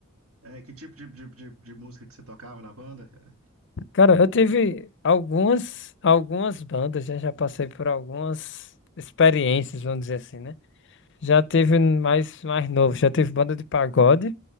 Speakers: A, on the right; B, on the left.
A: É, que tipo de, de, de, de música que você tocava na banda, cara?
B: Cara, eu tive algumas, algumas bandas, já, já passei por algumas experiências, vamos dizer assim, né? Já tive mais, mais novo, já tive banda de pagode.